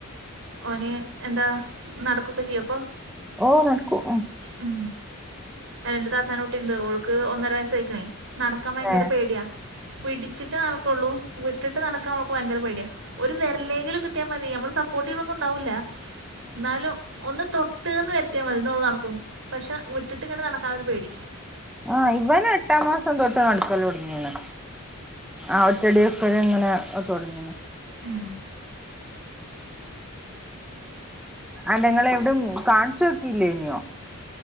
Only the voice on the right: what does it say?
ഓന് എന്താ? നടക്കൊക്കെ ചെയ്യോ പ്പോ?
ഉം. എ ഇന്റെ താത്താന്റെ കുട്ടിണ്ട്. ഓൾക്ക് ഒന്നര വയസ്സായിക്കണേ. നടക്കാൻ ഭയങ്കര
പേട്യാ. പിടിച്ചിട്ട് നടക്കൊള്ളൂ. വിട്ടിട്ട് നടക്കാൻ ഓൾക്ക് ഭയങ്കര പേട്യാ. ഒരു വെരലേങ്കിലും കിട്ട്യാ മതി. നമ്മൾ സപ്പോർട്ട് ചെയ്ണൊന്നും ഉണ്ടാവൂല്ല. ന്നാലും ഒന്ന് തൊട്ട്ന്ന് വരുത്തിയാ മതി ഇന്ന ഓള് നടക്കും പക്ഷെ വിട്ടിട്ട് ഇങ്ങെട്ട് നടക്കാാനൊരു പേടി
ഉം